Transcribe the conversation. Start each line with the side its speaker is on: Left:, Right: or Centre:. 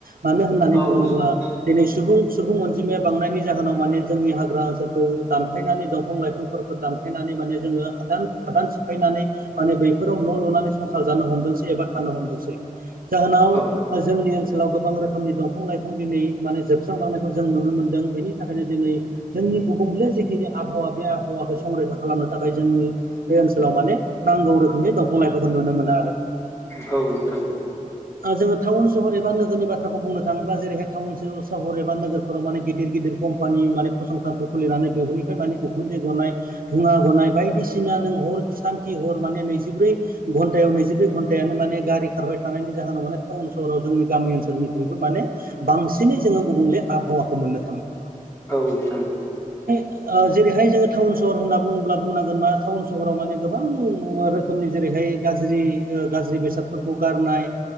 Right: मानो होननानै
Left: औ
Right: बुङोब्ला
Left: नोंथां
Right: दिनै सुबुं सुबुं अनजिमाया बांनायनि जाहोनाव माने जोंनि हाग्रा ओनसोलखौ दानफायनानै दंफां लाइफांफोरखौ दानफायनानै माने जोङो हादान हादान सिफायनानै माने बैफोराव न' लुनानै संसार जानो हमदोंसै एबा थानो हमदोंसै जाहोनाव
Left: औ
Right: जोंनि ओनसोलाव गोबां रोखोमनि दंफां लाइफां दिनै माने जोब स्रांलांनायखौ जों नुनो मोनदों बेनि थाखायनो दिनै जोंनि गुबुंले जिखिनि आबहावा बे आबहावाखौ संरैखा खालामनो थाखाय जोंनि बे ओनसोलाव माने नांगौ रोखोमनि दंफां लाइफांखौ नुनो मोना आरो ।
Left: उम औ नोंथां औ ।
Right: जोङो टाउन सहर एबा नोगोरनि बाथ्राखौ बुंनो थाङोबा जेरैहाय टाउन सहर एबा नोगोरफोराव माने गिदिर गिदिर कम्पानि माने फसंथानफोर खुलिनानै बेफोरनिफ्राय माने उखुन्दैे गनानै धुङा गनाय बायदिसिना नों हर सानखि हर माने नैजिब्रै घन्टायाव नैजिब्रै घन्टायानो गारि खारबाय थानायनि जाहोनाव माने टाउन सहराव जों गामि ओसोलनिख्रुइ माने बांसिन दिनै जोङो गुबुंले आबहावाखौ मोननो थाङो ।
Left: औ नोंथां नंगौ ।
Right: ओ जेरैहाय जोङो टाउन सहर होनना बुङोब्ला बुंनांगोन मा टाउन सहराव माने गोबां रोखोमनि जेरै रैहाय गाज्रि ओ गाज्रि बेसादफोरखौ गारनाय